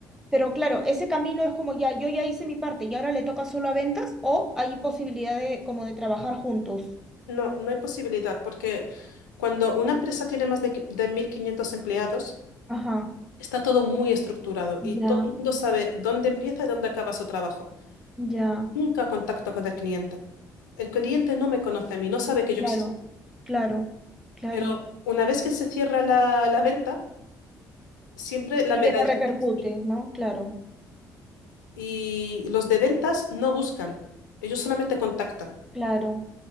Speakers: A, in the centre; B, on the left (about 75°).
A: Pero claro, ese camino es como ya, yo ya hice mi parte y ahora le toca solo a ventas o hay posibilidad de como de trabajar juntos.
B: No, no hay posibilidad porque cuando una empresa tiene más de, qui- de 1.500 empleados,
A: Ajá,
B: está todo muy estructurado y
A: ya,
B: todo el mundo sabe dónde empieza y dónde acaba su trabajo.
A: ya,
B: Nunca contacto con el cliente. El cliente no me conoce a mí, no sabe que yo
A: claro,
B: existo.
A: claro, claro.
B: Pero una vez que se cierra la, la venta, siempre la
A: Y
B: medallita.
A: que te repercute,
B: sí,
A: ¿no? Claro,
B: Y los de ventas no buscan, ellos solamente contactan.
A: claro,